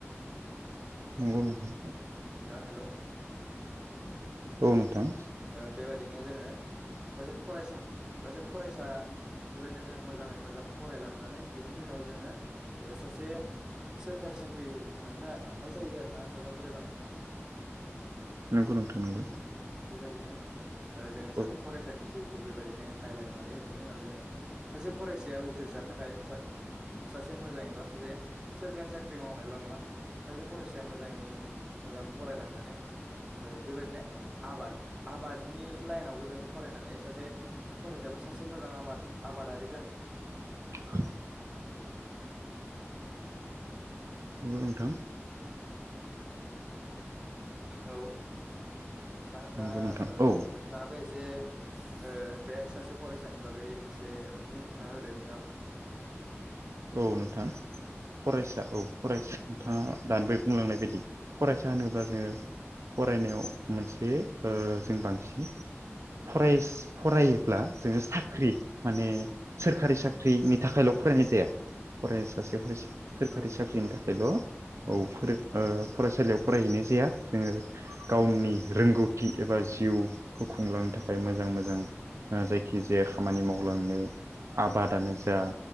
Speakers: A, on the right (about 75°); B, on the right (about 20°).
A: नंगौ नोंथां
B: नोंथां हेल' <unintelligible>
A: औ नोंथां
B: ओ बेबायदिनो जोङो सासे फरायसा सासे फरायसा बेबायदिनो जोङो मोजाङै मोजां फरायलांनानै बेनि उनाव जोङो ओ सासे सोरखारि साख्रि मोननो हानाय जायो आरो ना मोजां फरायबा नोंथां
A: नोंगौ नोंथां नोंगौ
B: बेबायदिनो जोङो ओ
A: औ
B: सासे
A: नोंथां नंगौ नोंथां नंगौ औ
B: फरायसानि जिउखौ बेबायदिनो नायलांनो हायो बेनि उनाव जोङो सासे फरायसाया उथ्रिसारानो थाखाय सासे मोजाङैबा सासे सोरखारि साख्रि मावनायल' नङा सासे फरायसाया मोजाङै मोजां फरायलांनानै ओ बेबायदिनो आबाद आबादनि लाइनावबो जों फरायनानै सासे फरायसाबो सासे मोजां आबाद आबादारि जानाय
A: <inaudible> नंगौ नोंथां
B: औ नोंथां
A: नंगौ
B: दा
A: नोंथां औ
B: नोंथाङाबो एसे ओ बे सासे फरायसानि बागै एसे बुंना होदो नोंथां
A: औ नोंथां फरायसा औ फरायसा नोंथाङा
B: औ
A: दानि बे बुंलांनाय बायदि फरायसा होनोब्ला जोङो फरायनायाव मोनसे ओ जों बांसिन फरायस फरायोब्ला जोङो साख्रि माने सोरखारि साख्रिनि थाखायल' फरायनाय जाया फराय सासे फरायसा सोरखारि
B: औ
A: साख्रिनि थाखायल' औ फरायसालियाव फरायहैनाय जाया जोङो गावनि रोंगौथि एबा जिउखौ खुंलांनो थाखाय मोजां मोजां ओ जायखिजाया खामानि मावलांनो आबादानो जा